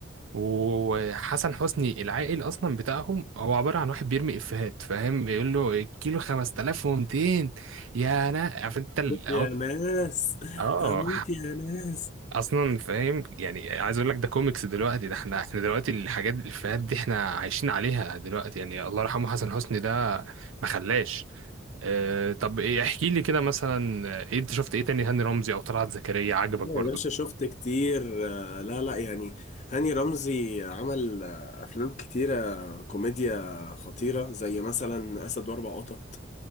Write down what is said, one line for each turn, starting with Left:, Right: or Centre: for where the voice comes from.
Right: وحسن حسني العائل أصلا بتاعهم هو عبارة عن واحد بيرمي إفيهات فاهم بيقول له الكيلو 5200 يا أنا عارف أنت ال- أهو-
Left: يا ناس
Right: اه
Left: هموت يا ناس
Right: اصلا فاهم يعني عايز اقول لك ده كوميكس دلوقتي ده احنا احنا دلوقتي الحاجات الافيهات دي احنا عايشين عليها دلوقتي يعني الله يرحمه حسن حسني ده ما خلاش اه طب ايه احكي لي كده مثلا آه، ايه انت شفت ايه تاني هاني رمزي او طلعت زكريا عجبك
Left: لا
Right: برضو
Left: يا باشا شفت كتير آه، لا لا يعني هاني رمزي عمل آه، أفلام كتيرة كوميديا خطيرة زي مثلا أسد وأربع قطط